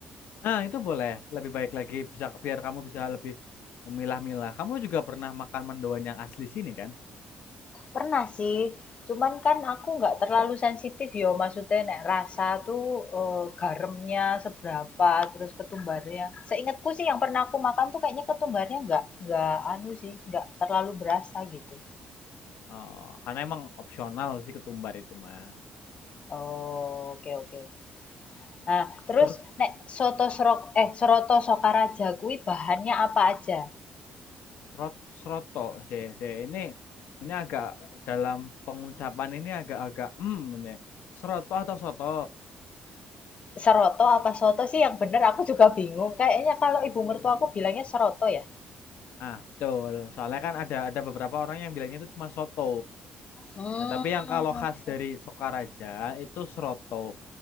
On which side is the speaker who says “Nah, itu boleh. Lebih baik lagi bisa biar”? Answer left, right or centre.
Left